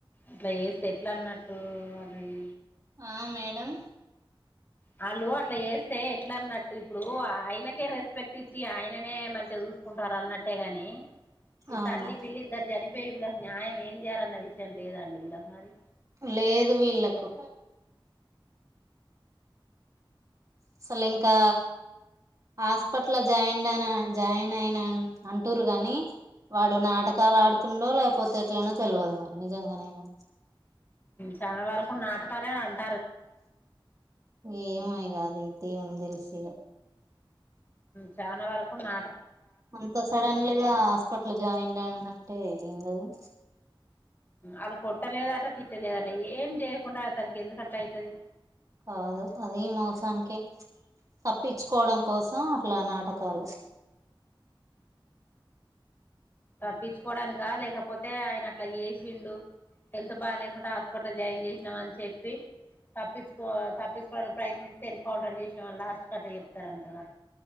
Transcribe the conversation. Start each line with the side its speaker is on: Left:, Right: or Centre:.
Left: అట్లా జేస్తే ఎట్లా అన్నట్టు వాళ్ళని
Right: ఆ మేడం
Left: వాళ్ళు అట్లా చేస్తే ఎట్లా అన్నట్టు ఇప్పుడు ఆయనకే రెస్పెక్ట్ ఇచ్చి ఆయననే మంచిగా చూసుకుంటారు అన్నట్టేగాని ఈ
Right: అవును
Left: తల్లి పిల్లి ఇద్దరు జని పేరు వీళ్ళకి న్యాయం ఏం చేయాలన్న విషయం లేదండి వీళ్ళకి మరి
Right: లేదు వీళ్ళలకు అసలు ఇంకా హాస్పిటల్ ల జాయిన్ అనా జాయిన్ అయిన అంటుర్రు గాని వాడు నాటకాలు ఆడుతుండో లేకపోతే ఎట్లనో తెలియదు మరి నిజంగా నేనో
Left: చాలా వరకు నాటకాలేంట
Right: ఏమో ఇగ అది దేవునికి తెలిసి
Left: చానా వరకు నా
Right: అంత సడన్ గా హాస్పిటల్ ల జాయిన్ అంటే ఏందిది
Left: అల్లూ కొట్టలేదట తిట్టలేదట ఏం చేయకుండా అ తననికి ఎందుకట్లా అయితది
Right: కాదు అది మోసానికే తప్పించుకోవడం కోసం అట్లా నాటకాలు
Left: తప్పించుకోడానిగా లేకపోతే ఆయన అట్లా చేసిండు హెల్త్ బాగా లేకుండా హాస్పిటల్ లా జాయిన్ చేసినాం అని చెప్పి తప్పించుకో తప్పించకోడానికి ప్రయత్నిస్తే ఎన్ కౌంటర్ చేసామని లాస్ట్ కట్టా చెప్తారంటారా